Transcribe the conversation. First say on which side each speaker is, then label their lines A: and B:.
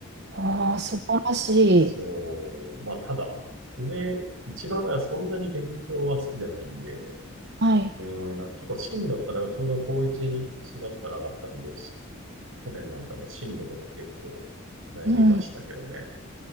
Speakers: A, on the right; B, on the right.
A: ああ、素晴らしい。
B: そう、まあただ、上、一番上はそんなに勉強は好きじゃないんで、
A: はい。
B: うん、なんか結構進路ったらちょうど高1、4月から上がったんで、し去年なんかやっぱ進路とか結構悩みましたけどね。
A: うん。